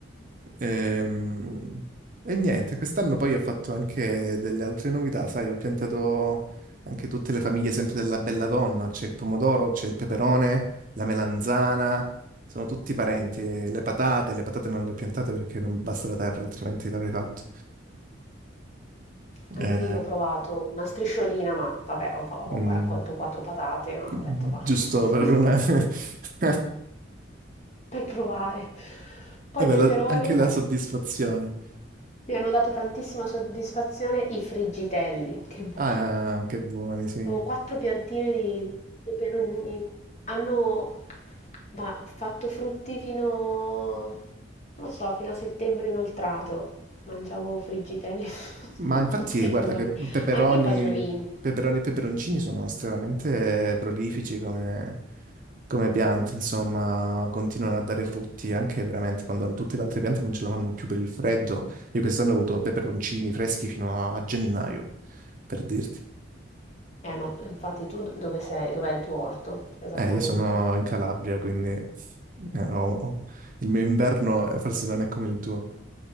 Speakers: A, on the right (about 45°); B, on the left (about 35°).
A: Ehm, E, niente, quest'anno poi ho fatto anche delle altre novità, sai, ho piantato anche tutte le famiglie sempre della bella donna, c'è il pomodoro, c'è il peperone, la melanzana, sono tutti parenti, le patate, le patate non le ho piantate perché non basta la terra, altrimenti l'avrei fatto.
B: Anche
A: Eh,
B: io ho provato una strisciolina, ma vabbè, ho, ho poco
A: Mm,
B: raccolto quattro patate, ma
A: giusto
B: ho detto va, <laughs>
A: per una... <laughs>
B: per provare. Poi
A: Vabbè,
B: i peperoni
A: la- anche la
B: ho-
A: soddisfazione.
B: mi hanno dato tantissima soddisfazione i friggitelli, che buoni.
A: Ah, che buoni, sì.
B: Avevo quattro piantine di, di peperoni, hanno ma, fatto frutti fino, non lo so, fino a settembre inoltrato. Mangiavo friggitelli <laughs>
A: Ma infatti,
B: tutti
A: guarda
B: i giorni,
A: che peperoni,
B: anche i fagiolini.
A: peperoni e peperoncini sono estremamente prolifici come, come piante, insomma, continuano a dare frutti anche veramente quando tutte le altre piante non ce la fanno più per il freddo. Io quest'anno ho avuto peperoncini freschi fino a gennaio, per dirti.
B: Eh, ma infatti tu dove sei? Dov'è il tuo orto? Esattamente.
A: Eh, io sono in Calabria, quindi eh, ho- ho- il mio inverno eh, forse non è come il tuo.